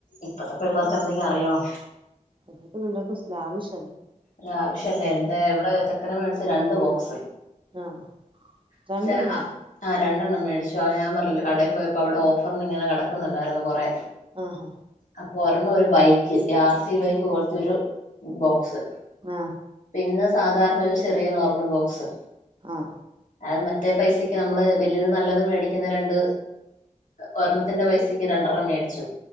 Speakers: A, on the left; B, on the right.
A: ഇപ്പത്തെ പിള്ളേർക്ക് എന്തെങ്കിലും അറിയണോ
B: ഇപ്പഴത്തെ പിള്ളാർക്ക് ലാവിഷ്
A: ലാവിഷ് അല്ലേ എന്താ എവിടെ ചെക്കന് മേടിച്ച് ഇത് രണ്ട് ബോക്സ്
B: ആ രണ്ടെണ്ണോ
A: പക്ഷെ ആഹ് രണ്ടെണ്ണം മേടിച്ചു ആ ഞാൻ പറഞ്ഞില്ലേ കടയിപ്പോയപ്പോ അവിടെ ഓഫറിനിങ്ങനെ കിടക്കുന്നുണ്ടായിരുന്നു കുറെ
B: ആ ആ
A: അപ്പൊ ഒരെണ്ണം ഒരു ബൈക്ക് ഈ ആർ സി ബൈക്ക് പോലത്തെ ഒരു ബോക്സ്
B: ആ
A: ഇന്ന് സാധാരണ ഒരു ചെറിയ നോർമൽ ബോക്സ്
B: ആഹ
A: അത് മറ്റേ പൈസയ്ക്ക് നമ്മള് വലിയ നല്ലത് മേടിക്കുന്ന രണ്ട് ഒരെണ്ണത്തിന്റെ പൈസയ്ക്ക് രണ്ടെണ്ണം മേടിച്ചു